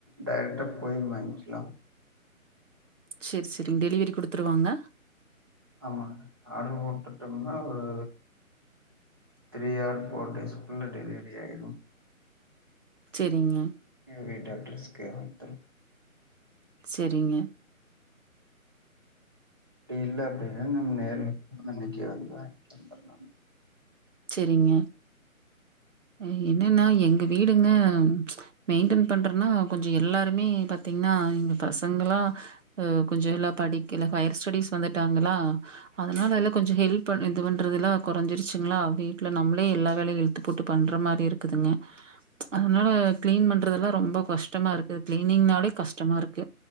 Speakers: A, on the right; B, on the right.
A: டேரெக்டா போய் வாய்ங்க்கலா
B: செர் செரி டெலிவரி குடுத்துருவாங்ள
A: ஆமாங்க ஆர்டர் ஓணு குடுத்தோம்னா ஒரு த்ரீ ஆர் ஃபோர் டேஸ்க்குள்ள டெலிவரி ஆய்டோ
B: செரிங்க
A: என் வீட்டு அட்ரஸ்க்கே வந்துரோ
B: செரிங்க
A: அப்டி இல்ல அப்டின்னா நம்ம நேர்ல அன்னைக்கு வந்து வாங்கிட்டு வந்துல்லா
B: செரிங்க எனக் என்னென்ன எங்க வீடுங்க மெயின்டென் பண்றேனா கொஞ்சோ எல்லாருமே பாத்தீங்ன்னா எங்க பசங்களா கொஞ்சோ எல்லா படிக்கல இப்ப ஹையர் ஸ்டடீஸ் வந்துட்டாங்ளா அதனால எல்லா கொஞ்சோ ஹெல்ப் இது பண்றதுல்ல கொறஞ்சிருச்சுங்ளா அப்டே வீட்ல நம்ளே எல்லா வேலயு இழுத்து போட்டு பண்ற மாரி இருக்குதுங்க அதனால கிளீன் பண்றதெல்லா ரொம்ப கஷ்டமா இருக்கு கிளீனிங்னாலே கஷ்டமா இருக்கு